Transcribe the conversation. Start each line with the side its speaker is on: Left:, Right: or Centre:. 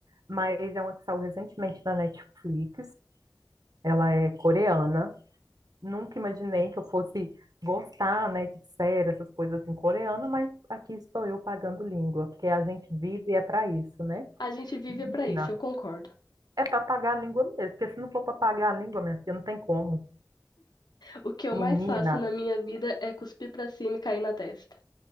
Right: mas é uma que saiu recentemente na Netflix. Ela é coreana. Nunca imaginei que eu fosse gostar, né, de série, essas coisas assim coreana, mas aqui estou eu pagando língua, porque a gente vive é para isso, né?
Left: A gente vive
Right: Menina,
Left: pra isso, eu concordo.
Right: é para pagar a língua mesmo, porque se não for para pagar a língua, minha filha, não tem como.
Left: O que eu
Right: Menina,
Left: mais faço na minha vida é cuspir pra cima e cair na testa.